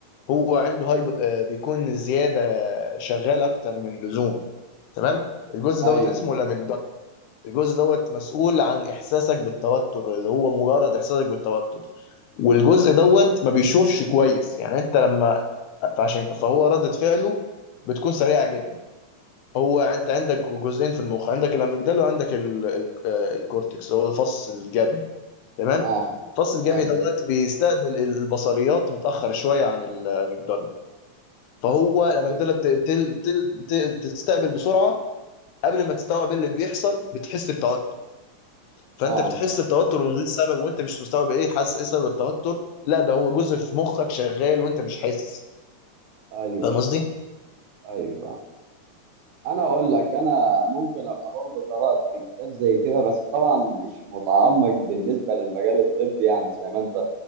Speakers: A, on the left; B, on the right.
A: هو عنده هايب آه، بيكون زياده آه، شغال اكتر من اللزوم تمام الجزء
B: ايوه
A: دوت اسمه الاميجدالا الجزء دوت مسؤول عن احساسك بالتوتر اللي هو مجرد احساسك بالتوتر والجزء دوت ما بيشوفش كويس يعني انت لما فعشان فهو ردة فعله بتكون سريعة جدا هو انت عندك جزئين في المخ عندك الاميجدالا وعندك ال... ال... آه، الكورتكس هو الفص الجبهي تمام
B: اه
A: الفص الجبهي
B: ايوه
A: دوت بيستقبل البصريات متأخر شوية عن الاميجدالا فهو الاميجدالا
B: ايوه
A: بت... بت... بت... بت... بتستقبل بسرعة قبل ما تستوعب ايه اللي بيحصل بتحس بتوتر فانت
B: اه
A: بتحس بتوتر من غير سبب وانت مش مستوعب ايه حاسس ايه سبب التوتر لا ده هو جزء في مخك شغال وانت مش حاسس
B: ايوه
A: فاهم
B: ايوه
A: قصدي؟
B: ايوه فاهم انا اقول لك انا ممكن ابقى برضه قرات كتاب زي كده بس طبعا مش متعمق بالنسبه للمجال الطبي يعني زي ما انت